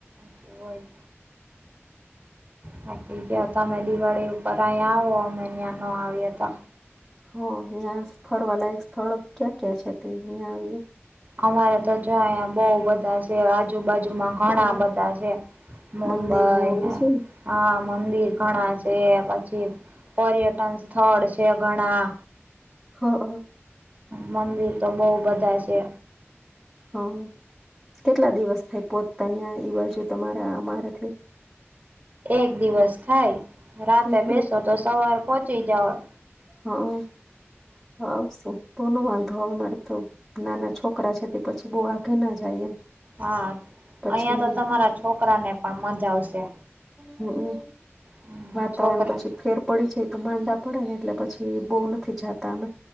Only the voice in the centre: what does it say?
હ અહીંયા ફરવાલાયક સ્થળ ક્યાં ક્યાં છે તે અહીંયા આવી એ
હારા
મંદિર ને એવું છે ને
હા હ
હા કેટલા દિવસ થાય પોચતા ન્યાં ઈ બાજુ તમારા અમારાથી
એક
હ અ હા આવશું. કોનો વાંધો હવે મારે તો નાના છોકરા છે તે પછી બહુ આગે ના જાય એમ.
પછી
હમમ
વાતાવરણ
પછી ફેર પડી જાય તો માંદા પડે ને એટલે પછી બહુ નથી જાતા અમે